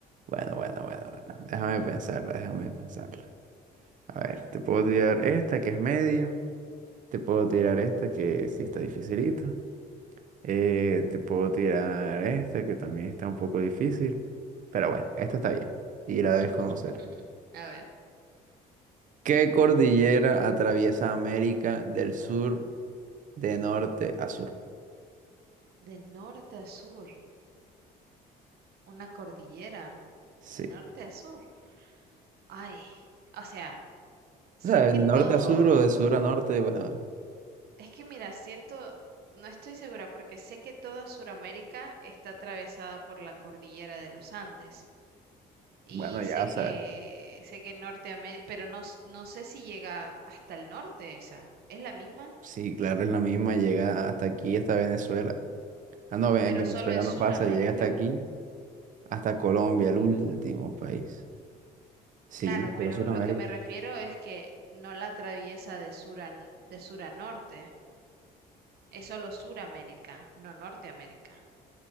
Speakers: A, on the right (about 50°); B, on the right (about 70°).
A: Bueno, bueno, bueno, bueno. Déjame pensarla, déjame pensarla. A ver, te puedo tirar esta que es media. Te puedo tirar esta que sí está dificilita. eh, te puedo tirar esta que también está un poco difícil. Pero bueno, esta está bien. Y la debes
B: <laughs>
A: conocer.
B: A ver,
A: ¿Qué cordillera atraviesa América del Sur? De norte a sur.
B: de norte a sur, una cordillera,
A: Sí.
B: de norte a sur. Ay, o sea, sé
A: O sea, de
B: que
A: norte
B: todo,
A: a sur o de sur a norte, bueno,
B: Es que mira, siento, no estoy segura porque sé que toda Sudamérica está atravesada por la cordillera de los Andes y
A: bueno, ya,
B: sé
A: o sea,
B: que sé que Norteamérica, pero no, s- no sé si llega hasta el norte esa. Es la misma,
A: sí, claro, es la misma, llega hasta aquí, hasta Venezuela. Ah, no, en
B: pero
A: Venezuela
B: solo es
A: no
B: Suramérica.
A: pasa, llega hasta aquí, hasta Colombia, el último país. Sí,
B: Claro,
A: pero
B: pero
A: Sudamérica.
B: lo que me refiero es que no la atraviesa de sur a, n- de sur a norte. Es solo Suramérica, no Norteamérica.